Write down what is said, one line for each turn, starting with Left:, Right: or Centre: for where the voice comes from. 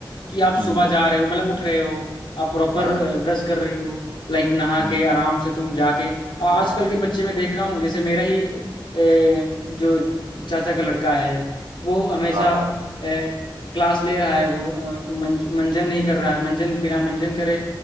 Left: कि आप
Right: हम्म
Left: सुबह जा रहे हो मतलब उठ रहे हो आप प्रॉपर
Right: हाँ
Left: ब्रश कर रहे हो लाइक नहा
Right: हम्म
Left: के आराम से तुम जाके आ-
Right: हाँ
Left: आजकल के बच्चे में देख रहा हूँ जैसे मेरा ही अ, जो चाचा का लड़का है वो हमेशा
Right: हाँ हाँ,
Left: ए, क्लास ले रहा है वो अ, मंज, मंजन नहीं कर रहा है मंजन बिना मंजन करे